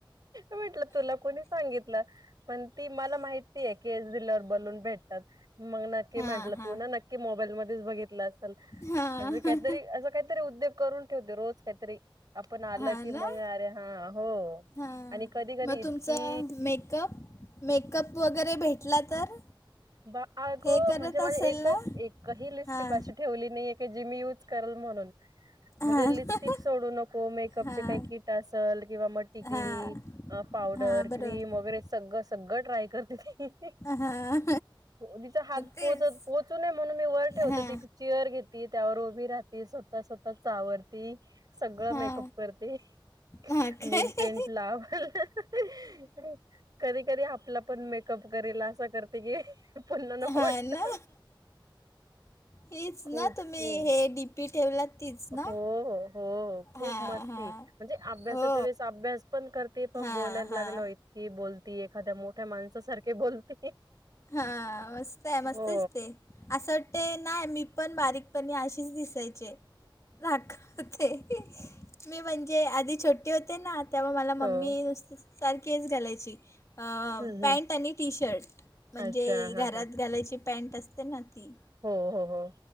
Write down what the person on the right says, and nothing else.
म्हटलं तुला कोणी सांगितलं, पण. ती मला माहितीय की, केस दिल्या वर बलून भेटतात मग नक्की
म्हटलं,
तू ना नक्की. की मोबाईल मध्येच बघितल असेल,
अस काहीतरी अस काहीतरी उद्योग करून. होते रोज काहीतरी आपण आलं
की मग
अरे! हा! हो!
आणि कधी कधी
इतकी.
बा अग
म्हणजे माझे,
एकच
एकही लिपस्टिक
आशी. ठेवली नाहीे, की मी यूज करल म्हणून. म्हणजे
लिपस्टिक सोडू नको मेकअपचे
काही किट असेल किंवा मग टिकली.
मग पावडर,
क्रीम.. वगैरे सगळं सगळं ट्राय करते ती.
तिचा हात
पोहोचत पोचू नये, म्हणून मी वर ठेवते
ती- चेअर घेत त्यावर उभी राहती, स्वतः स्वतः ता चा आ. सगळा
मेकअप करती.
नेलपेंट
लाव <unintelligible> कधी कधी आपला पण मे कपकरीला असं करते कि, पुन्हा नको
वाटत.
खूप,
खूप,
हो हो हो हो
खूप मस्ती
म्हणजे, अभ्यासाच्या
वेळेस अभ्यास पण करते पण
बोलायला
लागला हो ही बोलती एखाद्या मोठ्या माणसासारखे बोलती
हो
हो
हम्म
हम्म
अच्छा
हा हा
हो हो हो